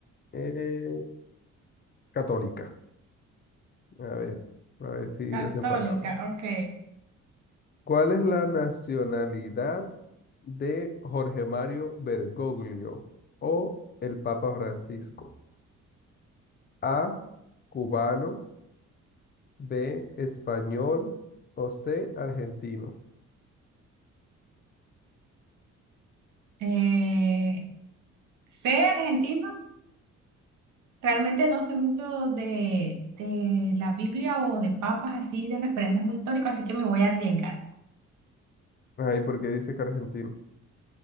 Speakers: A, on the left; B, on the right.
A: eh, católica. A ver, a ver si desempatamos.
B: Católica, ok.
A: ¿Cuál es la nacionalidad de Jorge Mario Bergoglio o el Papa Francisco? A, cubano. B, español o C, argentino.
B: Eh, sé argentino. Realmente no sé mucho de, de la Biblia o de papas así, de referentes muy históricos, así que me voy a arriesgar.
A: Ay, ¿por qué dice que argentino?